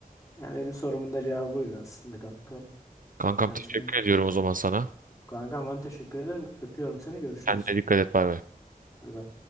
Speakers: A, on the left; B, on the right.
A: Yani benim sorumun da cevabı buydu aslında kanka.
B: Kankam
A: Yani
B: teşekkür
A: sen
B: ediyorum o zaman sana.
A: kanka ben teşekkür ederim. Öpüyorum seni. Görüşürüz.
B: Kendine dikkat et bay bay.
A: Hadi bay.